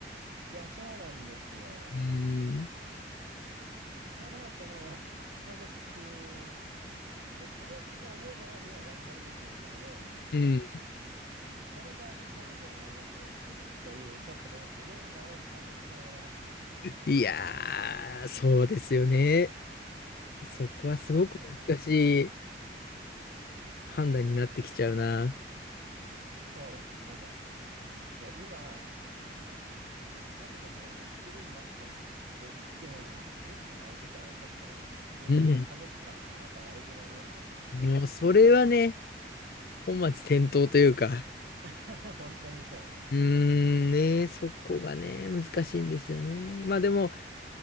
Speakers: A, on the right; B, on the left.
A: いや、そうなんですよ。
B: うーん。
A: ただ、その、家族のためを思うなら今頑張るべきなんだけど、
B: うん。
A: その代わり家族をないがしろにするという、ちょっとこのジレンマを感じながら、
B: いやー、そうですよね。そこはすごく難しい
A: <laughs>
B: 判断になってきちゃうな。
A: そうですね。なんか、いや、今、家族のためにやってるんだってって言っても、無視されてたらちょっと、普通に家族間の仲悪くなりますからね。
B: うん。もう、それはね、本末転倒というか。
A: <laughs> 本当にそう。
B: うーんね、そこがね、難しいんですよね。まあでも